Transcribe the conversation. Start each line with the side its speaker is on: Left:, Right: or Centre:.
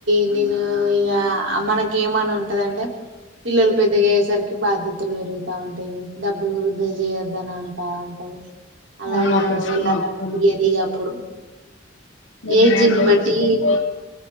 Right: క నేను ఇ మనకి ఏమని ఉంటదంటే పిల్ల ప పెద గ ససార్కి బాధ్య తులు పెరుగుతా ఉంటాయి డబ్బులు వృద్ధ చేయొద్దని అంటా ఉంటది అలా
Left: అవును
Right: వెలా
Left: అప్పుడు స్
Right: వెళ్ళది
Left: మొత్తం
Right: ఇప్పుడు
Left: మీ
Right: ఏజన్
Left: ధ్యాన్ గారితో
Right: బట్టి
Left: చెప్పకపో